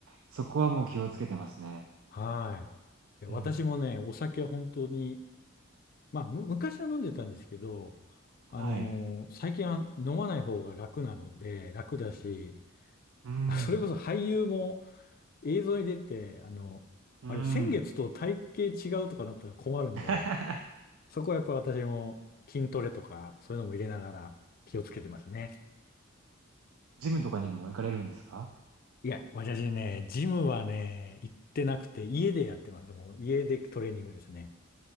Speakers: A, on the right (about 75°); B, on the left (about 45°).
A: そこはもう気をつけてますね。
B: はい。いや私もね、
A: うん。
B: お酒は本当に、まあ、む、昔は飲んでたんですけど、
A: はい。
B: あのー最近は飲まない方が楽なので、楽だし、<laughs>
A: うん。
B: あそれこそ俳優も映像に出て、あの、
A: うーん。
B: あれ、先月と体型違うとかなったら困るんで、
A: <laughs>
B: そこはやっぱ私も筋トレとか、そういうのも入れながら気をつけてますね。
A: ジムとかにも行かれるんですか？
B: いや、私ね、ジムはね、行ってなくて、家でやってます。もう家でトレーニングですね。